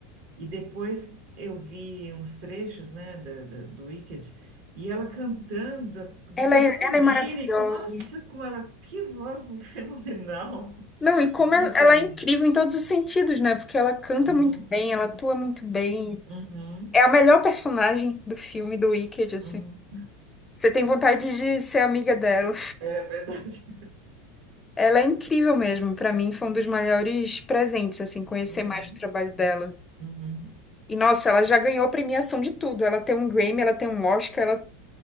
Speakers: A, on the right; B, on the left.
A: E depois eu vi uns trechos, né, da, da- do Wicked, e ela cantando,
B: Ela
A: cantando
B: é, ela
A: lírico.
B: é maravilhosa.
A: Nossa, como ela, que voz <laughs> fenomenal!
B: Não, e como
A: Muito
B: ela, ela
A: lindo.
B: é incrível em todos os sentidos, né? Porque ela canta
A: Uhum,
B: muito bem, ela atua muito bem,
A: uhum,
B: É a melhor personagem do filme do Wicked, assim.
A: uhum.
B: Você tem vontade de ser amiga dela.
A: É verdade.
B: Ela é incrível mesmo. Pra mim, foi um dos maiores presentes, assim, conhecer
A: Uhum,
B: mais o trabalho dela.
A: uhum.
B: E, nossa, ela já ganhou premiação de tudo. Ela tem um Grammy, ela tem um Oscar, ela